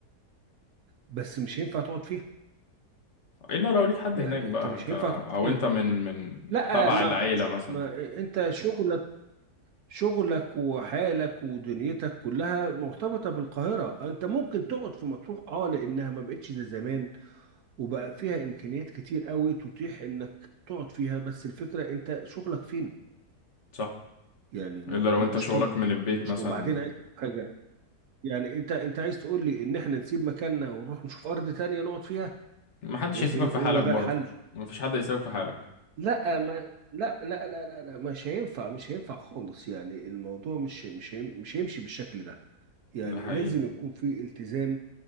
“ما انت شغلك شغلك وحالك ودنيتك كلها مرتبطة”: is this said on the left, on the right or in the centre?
Right